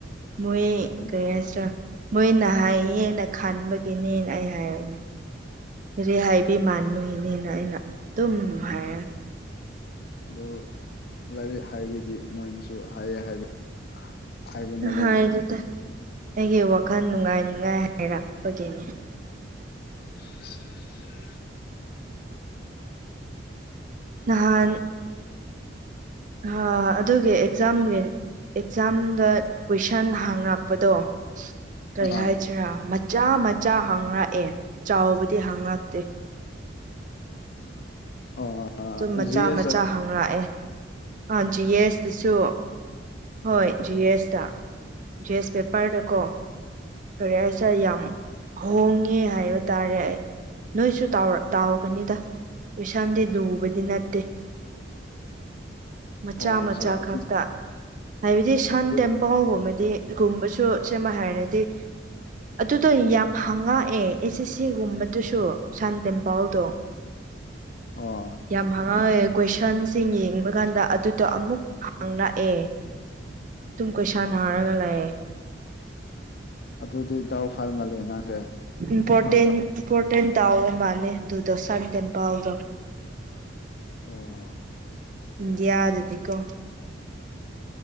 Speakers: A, on the right; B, on the left.
A: ꯃꯣꯏ
B: ꯑꯗꯨ
A: ꯀꯩ ꯍꯥꯏꯁꯤꯔꯥ ꯃꯣꯏꯅ ꯍꯥꯏꯌꯦꯅ ꯈꯟꯕꯒꯤꯅꯦ ꯑꯩ ꯍꯥꯏꯔꯨꯅꯨ <unintelligible> ꯍꯥꯏꯕꯤ ꯃꯥꯟꯕꯒꯤꯅꯦꯅ ꯑꯩꯅ ꯑꯗꯨꯝ ꯍꯥꯏꯌꯦ
B: ꯑꯗꯨ ꯂꯥꯏꯔꯤꯛ ꯍꯥꯏꯕꯒꯤ ꯃꯣꯏꯅꯁꯨ ꯍꯥꯏꯌꯦ ꯍꯥꯏꯕ ꯍꯥꯏꯕ ꯃꯥꯜꯂꯦꯅꯦ
A: ꯍꯥꯏꯗꯦꯗ ꯑꯩꯒꯤ ꯋꯥꯈꯜ ꯅꯨꯡꯉꯥꯏꯅꯤꯉꯥꯏ ꯍꯥꯏꯔꯛꯄꯒꯤꯅꯦ
B: <inaudible>
A: ꯅꯍꯥꯟ ꯑꯍ ꯑꯗꯨꯒꯤ ꯑꯦꯛꯖꯥꯝꯒꯤ ꯑꯦꯛꯖꯥꯝꯗ ꯀꯣꯏꯁꯟ ꯍꯪꯔꯛꯄꯗꯣ ꯀꯔꯤ
B: ꯑꯥ
A: ꯍꯥꯏꯁꯤꯔꯥ ꯃꯆꯥ ꯃꯆꯥ ꯍꯪꯉꯛꯑꯦ ꯆꯥꯎꯕꯗꯤ ꯍꯪꯉꯛꯇꯦ
B: ꯑꯣ
A: ꯑꯗꯨꯝ ꯃꯆꯥ
B: ꯖꯤ
A: ꯃꯆꯥ
B: ꯑꯦꯁ
A: ꯍꯪꯛꯑꯦ ꯑ ꯖꯤ ꯑꯦꯁꯇꯁꯨ ꯍꯣꯏ ꯖꯤ ꯑꯦꯁꯇ ꯖꯤ ꯑꯦꯁ ꯄꯦꯄꯔꯗ ꯀꯣ ꯀꯔꯤ ꯍꯥꯏꯁꯤꯔ ꯌꯥꯝ ꯍꯣꯡꯉꯦ ꯍꯥꯏꯕ ꯇꯥꯔꯦ ꯑꯩ ꯅꯣꯏꯁꯨ ꯇꯥꯎꯔꯛ ꯇꯥꯎꯒꯅꯤꯗ ꯀꯣꯏꯁꯟꯗꯤ ꯂꯨꯕꯗꯤ ꯅꯠꯇꯦ ꯃꯆꯥ
B: ꯑꯣ ꯑꯠꯆꯥ
A: ꯃꯆꯥ
B: ꯑꯗꯨꯗꯤ
A: ꯈꯛꯇ ꯍꯥꯏꯕꯗꯤ ꯁꯟ
B: ꯑꯗꯨꯗꯤ
A: ꯇꯦꯝꯄꯜꯒꯨꯝꯕꯗꯤ ꯒꯨꯝꯕꯁꯨ ꯁꯦꯝꯃ ꯍꯥꯏꯔꯗꯤ ꯑꯗꯨꯗꯣ ꯌꯥꯝ ꯍꯪꯉꯛꯑꯦ ꯑꯦꯁ ꯑꯦꯁ ꯁꯤꯒꯨꯝꯕꯗꯨꯁꯨ ꯁꯟ ꯇꯦꯝꯄꯜꯗꯨ
B: ꯑꯣ
A: ꯌꯥꯝ ꯍꯪꯉꯛꯉꯦ ꯀꯣꯏꯁꯟꯁꯤꯡ ꯌꯦꯡꯕ ꯀꯥꯟꯗ ꯑꯗꯨꯗ ꯑꯃꯨꯛ ꯍꯪꯔꯛꯑꯦ ꯑꯗꯨꯨꯝ ꯀꯣꯏꯁꯟ ꯍꯪꯔꯒ ꯂꯩꯌꯦ
B: ꯑꯗꯨꯗꯤ ꯗꯥꯎ ꯐꯜ ꯃꯜꯂꯦ ꯅꯪꯁꯦ
A: ꯏꯝꯄꯣꯔꯇꯦꯟ
B: ꯅꯪ
A: ꯏꯝꯄꯣꯔꯇꯦꯟ ꯇꯥꯎꯕ ꯃꯥꯜꯂꯦ ꯑꯗꯨꯗꯣ ꯁꯟ ꯇꯦꯝꯄꯜꯗꯣ
B: ꯑꯣ
A: ꯏꯟꯗꯤꯌꯥ ꯑꯗꯨꯗꯤꯀꯣ